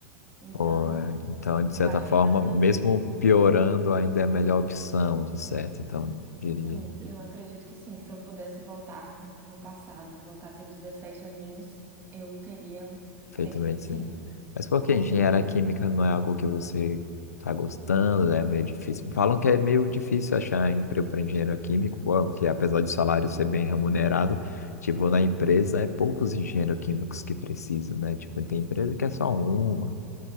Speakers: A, on the right; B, on the left.
A: Então,
B: pô, é, então, de
A: eu
B: certa
A: acho
B: forma,
A: que também
B: mesmo piorando, ainda é a melhor opção, de certo. Então, diria,
A: Sim, eu acredito que sim. Se eu pudesse voltar no passado, voltar a ter 17 aninhos, eu teria
B: feito
A: feito
B: medicina.
A: medicina,
B: Mas por que
A: com
B: engenharia
A: certeza.
B: química não é algo que você tá gostando, né? É meio difícil. Falam que é meio difícil achar emprego para engenheiro químico, porque apesar de o salário ser bem remunerado, tipo, na empresa é poucos engenheiros químicos que precisam, né? Tipo, tem empresa que é só uma.